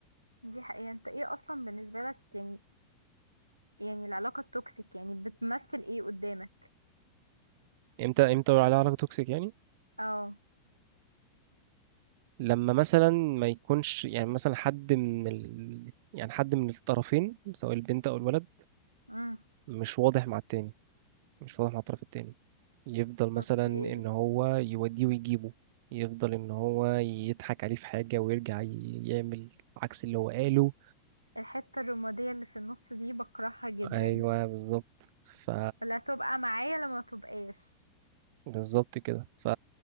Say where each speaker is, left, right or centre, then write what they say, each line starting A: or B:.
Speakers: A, on the right; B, on the right.
A: دي حقيقة انت ايه اصلا بالنسبة لك يعني يعني العلاقة التوكسيك يعني بتمثل ايه قدامك
B: امتى امتى بقول عليها علاقة توكسيك يعني
A: اه
B: لما مثلا ما يكونش يعني مثلا حد من ال... يعني حد من الطرفين سواء البنت او الولد
A: امم
B: مش واضح مع التاني مش واضح مع الطرف التاني يفضل مثلا
A: اوكي
B: ان هو يوديه ويجيبه يفضل ان هو يضحك عليه في حاجة ويرجع ي- يعمل عكس اللي هو قاله
A: الحتة الرمادية اللي في النص دي بكرهها جدا
B: ايوه بالظبط ف
A: ولا تبقى معايا لما تبقاش
B: بالظبط كده ف